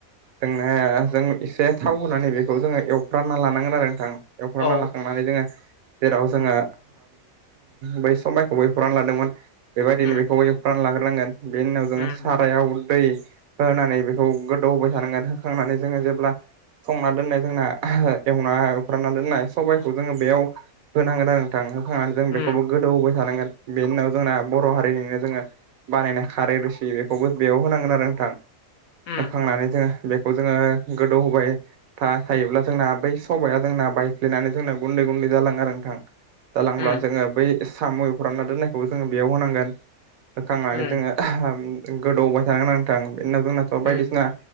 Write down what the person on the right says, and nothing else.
जोंनो जों एसे थाव होनानै बेखौ जोङो एवफ्रानना लानांगोन आरो नोंथां एवफ्रानना
लाखां माने जोङो जेराव जोङो <inaudible> बै समबायखौबो एवफ्रानना लादोंमोन। बेबायदिनो
बेखौ एवफ्राननानै लाग्रोनांगोन बेनि उनाव जोङो
सारायाव दै होनानै बेखौ गोदौ होबाय थानांगोन होखांनानै जोङो जेब्ला संना दोननाय जोंना एवना एफ्रानना दोननाय सबाइखौ जोङो बेयाव होनांगोन आरो नोंथां होखांनानै जों
बेखौबो गोदौ हाबाय थानांगोन बेनि उनाव जोंना बर' हारिनिनो जोङो बानायनाय खारै रोसि बेखौबो बेयाव होनांगोन आरो नोंथां
होखांनानै जोङो बेखौ जोङो गोदौ होबाय था-थायोब्ला जोंना बै सबाइया जोंना बायफ्लेनानै जोंना गुन्दै-गुन्दै जालाङो आरो नोंथां। जालांब्ला
जोङो बै सामु फानना दोननायखौबो जोङो बेयाव होनांगोन होखांनानै
जोङो <inaudible> गोदौहोबाय थानांगोन आर नोंथां बिनाव जोंनाथ'
बायदिसिना